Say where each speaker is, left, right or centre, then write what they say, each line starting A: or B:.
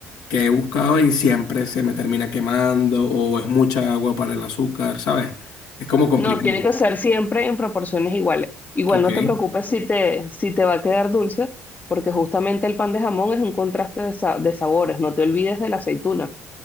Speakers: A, on the left; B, on the left.
A: que he buscado y siempre se me termina quemando o es mucha agua para el azúcar, ¿sabes? Es como complicado.
B: No, tiene que ser siempre en proporciones iguales. Igual
A: Ok.
B: no te preocupes si te, si te va a quedar dulce, porque justamente el pan de jamón es un contraste de, sa- de sabores. No te olvides de la aceituna.